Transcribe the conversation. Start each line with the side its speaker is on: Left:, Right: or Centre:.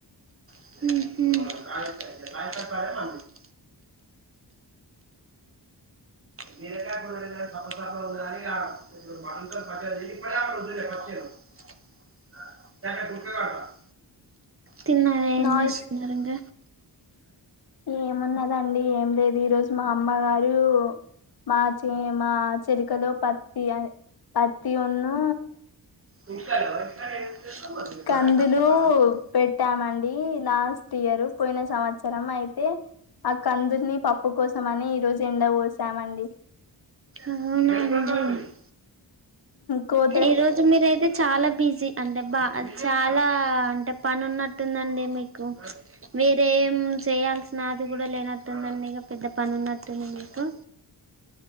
Right: ఉహు బీరకాయ కూర తింటే సప్ప సప్పగా ఉందని ఇగ <unintelligible> తిన్నార ఏం
Left: నాయిస్
Right: చేస్తున్నారు ఇంగ
Left: ఏమున్నదండి ఏం లేదు ఈరోజు మా అమ్మగారు మా చే మా చెలికలో పత్తి అ పత్తి ఒన్ను
Right: ఇ ఇ <unintelligible>
Left: కందులు పెట్టామండి లాస్ట్ ఇయర్ పోయిన సంవత్సరం అయితే ఆ కందుల్ని పప్పు కోసం అని ఈ రోజు ఎండకి పోసామండి
Right: అవునా అండి
Left: కో
Right: ఈ రోజు మీరయితే చాలా బిజీ అంటే బా చాలా అంటే పని ఉన్నట్టుందండి మీకు వేరేం చేయాల్సిన అది కూడా లేనట్టుందండి ఇక పెద్ద పని ఉన్నట్టుంది మీకు